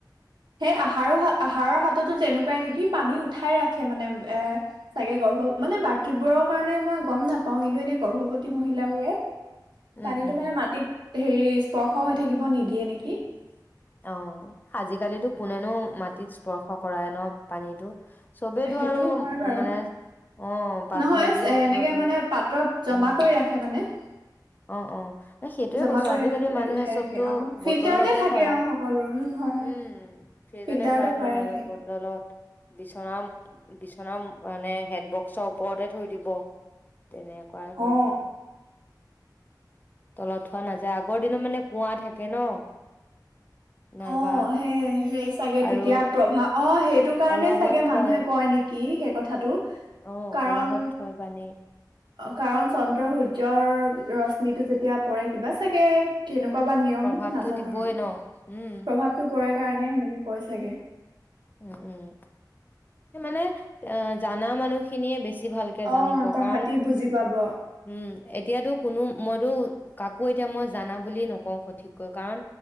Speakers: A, on the right; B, on the left.
A: সেই আহাৰো আহাৰৰ হাততো তেনেকুৱাই নিকি পানী উঠাই ৰাখে মানে এ চাগে গৰ্ভ মানে বাকীবোৰৰ কাৰণে মই গম নাপাও কিন্তু এনে গৰ্ভৱতী মহিলাবোৰে পানীটো
B: উম উম
A: মানে মাটিত হেৰি স্পৰ্শ হৈ থাকিব নিদিয়ে নিকি
B: অ আজিকালিতো কোনেনো মাটিত স্পৰ্শ কৰায় ন পানীটো চবেইতো
A: সেইটো
B: আৰু উ
A: হয় বাৰু
B: মানে অ পাকঘৰ
A: নহয়
B: বোলো
A: এনেকে
B: বোৰতো
A: মানে পাত্ৰত জমা
B: উম
A: কৰি ৰাখে মানে
B: অ অ এ সেইটোয়ে
A: জমা
B: কৈছো
A: কৰি
B: আজিকালি
A: ৰাখি পেলাই
B: মানুহে
A: উঠাই
B: চবতো
A: ৰাখে অ ফিল্টাৰতে
B: বটলতে
A: থাকে
B: ভৰাই
A: অ সকলো উম হয় হয়
B: উম ফ্ৰিজতে
A: ফিল্টাৰতে
B: ভৰাই থৈ নাইবা
A: ৰাখে।
B: বটলত বিচনাম বিচনা মানে হেড বক্সৰ ওপৰতে থৈ দিব তেনেকুৱাই হৈ
A: অ
B: যায় আৰু তলত থোৱা নাযায় আগৰ দিনত মানে কুঁৱা থাকে ন নাইবা
A: অ সেই সেই চাগে
B: আৰু
A: তেতিয়া প্ৰভাৱ অ সেইটো কাৰণে
B: কলহত
A: চাগে
B: থয়
A: মানুহে কয় নেকি কি সেই কথাটো।
B: অ
A: কাৰণ
B: কলহত থয় পানী।
A: কাৰণ চন্দ্ৰ সূৰ্যৰ ৰশ্মিটো যেতিয়া পৰে কিবা চাগে কেনেকুৱা বা নিয়ম
B: প্ৰভাৱটো
A: নাজানো
B: দিবই
A: আৰু
B: ন উম
A: প্ৰভাৱটো পৰে কাৰণে সেনেকে কৈ চাগে।
B: উম উম মানে অ জানা মানুহ খিনিয়ে বেছি ভাল
A: অ
B: জানিব
A: তাহাঁতি
B: কাৰণ
A: বুজি পাব
B: উম এতিয়াতো কোনো মইতো কাকো এতিয়া মই জানা বুলি নকওঁ সঠিককৈ কাৰণ